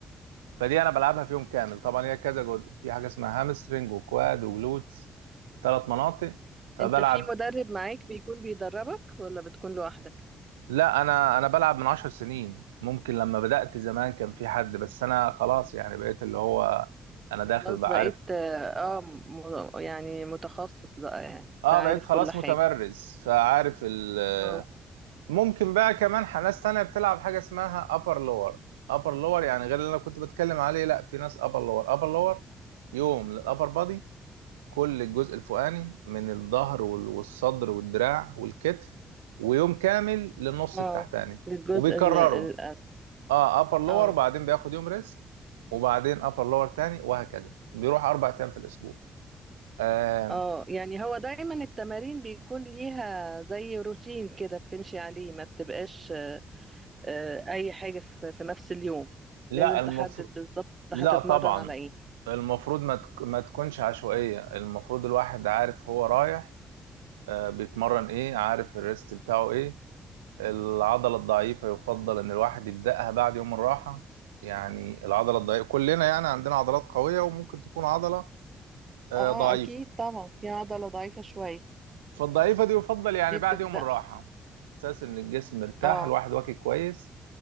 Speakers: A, on the right; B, on the right.
A: فدي انا بلعبها في يوم كامل طبعا هي كذا جزء في حاجه اسمها هامسترنج وكواد وجلوتس ثلاث مناطق فبلعب
B: أنت في مدرب معاك بيكون بيدربك ولا بتكون لوحدك؟
A: لا انا انا بلعب من عشر سنين ممكن لما بدأت زمان كان في حد بس انا خلاص يعني بقيت اللي هو انا داخل
B: خلاص
A: بعرف
B: بقيت آه آه، م- يعني متخصص بقى يعني فعارف
A: اه بقيت خلاص
B: كل حاجة
A: متمرس فعارف ال
B: اه
A: ممكن بقى كمان ح- ناس تانية بتلعب حاجة اسمها upper lower upper lower يعني غير اللي انا كنت بتكلم عليه لا في ناس upper lower upper lower يوم للupper body كل الجزء الفوقاني من الظهر وال- والصدر والدراع والكتف ويوم كامل للنص
B: اه
A: التحتاني
B: للجزء
A: وبيكرروا
B: ال- الأسفل
A: اه ابر لور
B: اه
A: وبعدين بياخد يوم ريست وبعدين ابر لور تاني وهكذا بيروح اربع ايام في الاسبوع آه
B: اه يعني هو دايما التمارين بيكون ليها زي روتين كده بتمشي عليه ما بتبقاش آه، آه، أي حاجة في في نفس اليوم
A: لا
B: لازم تحدد
A: المفروض
B: بالظبط
A: لا
B: هتتمرن
A: طبعا
B: على ايه
A: المفروض ما, تك... ما تكونش عشوائية المفروض الواحد عارف هو رايح آه بيتمرن ايه عارف الريست بتاعه ايه العضلة الضعيفة يفضل إن الواحد يبدأها بعد يوم الراحة يعني العضلة الضعيفة كلنا يعني عندنا عضلات قوية وممكن تكون عضلة آه،
B: اه
A: ضعيفة
B: اكيد طبعا في عضلة ضعيفة شوية
A: فالضعيفة دي يفضل يعني
B: دي
A: بعد
B: بتبدأ
A: يوم الراحة أساس إن الجسم مرتاح
B: اه
A: الواحد واكل كويس